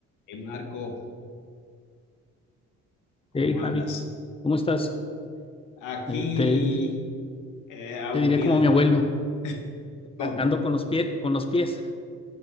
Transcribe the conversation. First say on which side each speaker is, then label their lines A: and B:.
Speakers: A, on the left; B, on the left.
A: Y Marco, ¿cómo
B: Hey Javi,
A: andas?
B: ¿cómo estás?
A: Aquí
B: Eh, te,
A: eh, aburrido
B: te diría como
A: en
B: mi
A: realidad.
B: abuelo,
A: ¿Cómo?
B: a- ando con los pies, con los pies.